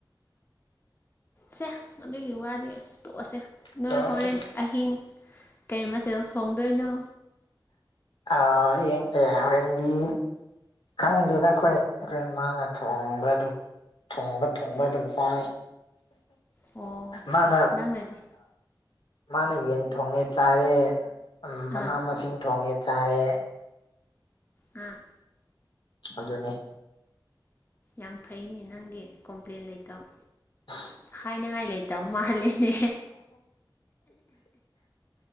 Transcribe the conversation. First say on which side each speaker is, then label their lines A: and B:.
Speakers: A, on the left (about 25°); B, on the left (about 70°).
A: ꯁꯦ ꯑꯗꯨꯒꯤ ꯋꯥꯗꯤ ꯇꯣꯛꯑꯁꯦ ꯅꯣꯏ
B: ꯇꯧꯔꯁꯤ
A: ꯍꯣꯔꯦꯟ ꯑꯍꯤꯡ ꯀꯩ ꯃꯊꯦꯜ ꯁꯣꯡꯗꯣꯏꯅꯣ
B: ꯑ ꯌꯦꯡ ꯑꯦ ꯍꯣꯔꯦꯟꯗꯤ ꯈꯪꯗꯦꯗ ꯑꯈꯣꯏ ꯑꯩꯈꯣꯏ ꯃꯥꯅ ꯊꯣꯡꯕ ꯑꯗꯨꯝ ꯊꯣꯡꯕ ꯊꯨꯡꯕ
A: ꯑꯆꯥ
B: ꯑꯗꯨꯝ ꯆꯥꯏ
A: ꯑꯣ
B: ꯃꯥꯅ
A: ꯅꯪꯅꯗꯤ
B: ꯃꯥꯅ ꯌꯦꯟ ꯊꯣꯡꯉꯦ ꯆꯥꯔꯦ ꯃꯅꯥ
A: ꯑꯥ
B: ꯃꯁꯤꯡ ꯊꯣꯡꯉꯦ ꯆꯥꯔꯦ
A: ꯎꯝ
B: ꯑꯗꯨꯅꯦ
A: ꯌꯥꯝ ꯐꯩꯅꯦ ꯅꯪꯒꯤ ꯀꯣꯝꯄ꯭ꯂꯦꯟ ꯂꯩꯇꯕ
B: <inaudible>
A: ꯍꯥꯏꯅꯉꯥꯏ ꯂꯩꯇꯕ ꯃꯥꯂꯦꯅꯦ